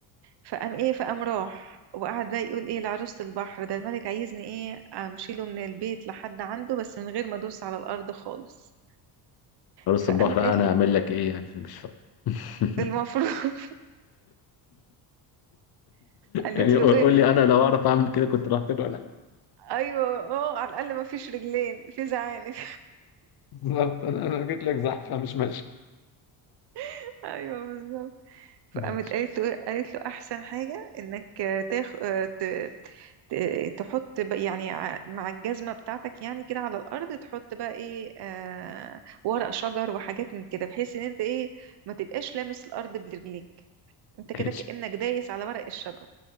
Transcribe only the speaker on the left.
فارس
البحر بقى
انا
اعمل لك ايه يعني أنا مش فاهم <laughs>
يعني
قول
قول لي انا لو اعرف اعمل كده كنت رحت له انا يعني.
بالظبط انا انا جيت لك زحفه مش ماشي
ماشي
ماشي